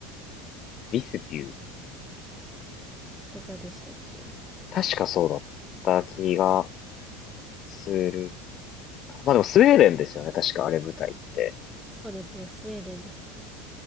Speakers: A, on the left; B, in the centre.
A: ビスビュー。
B: とかでしたっけ
A: 確かそうだった気がするか。まあでもスウェーデンですよね。確かあれ舞台って。
B: そうですね、スウェーデンですね。